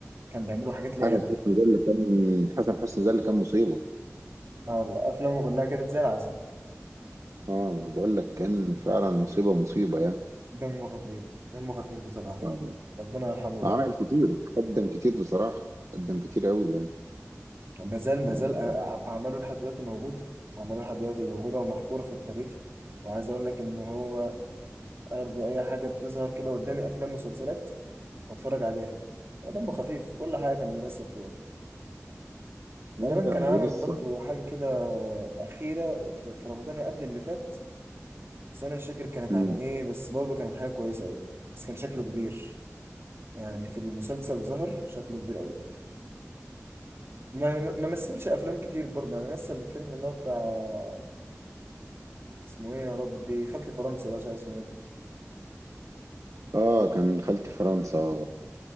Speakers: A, on the right; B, on the right.
A: كان بيعملوا حاجات ليها
B: حسن
A: هدف
B: حسني ده اللي كان حسن حسني ده اللي كان مصيبه
A: اه والله افلامه كلها كانت زي العسل
B: اه أنا بقول لك كان فعلا مصيبه مصيبه يعني
A: دمه خفيف دمه خفيف بصراحة يعني
B: آه،
A: ربنا يرحمه بقى
B: عمل كتير قدم كتير بصراحه قدم كتير قوي يعني
A: ما زال ما زال
B: آه،
A: أع- أعماله لحد دلوقتي موجود أعماله لحد دلوقتي موجودة ومحفورة في التاريخ وعايز أقول لك إن هو برضه أي حاجة بتظهر كده قدامي أفلام ومسلسلات بتفرج عليها ودمه خفيف في كل حاجة كان بيمثل فيها
B: لا
A: تقريبا
B: لا
A: كان
B: هو
A: عمل
B: لسه
A: برضه حاجة كده أخيرة في في رمضان قبل اللي فات بس أنا مش فاكر كانت
B: مم.
A: عن إيه بس برضه كانت حاجة كويسة أوي بس كان شكله كبير يعني في المسلسل ظهر شكله كبير أوي ما ما ما
B: آه.
A: مثلش أفلام كتير برضه يعني مثل الفيلم اللي هو بتاع اسمه ايه يا ربي خالتي فرنسا ده عشان اسمه ايه
B: اه كان خالتي فرنسا آه.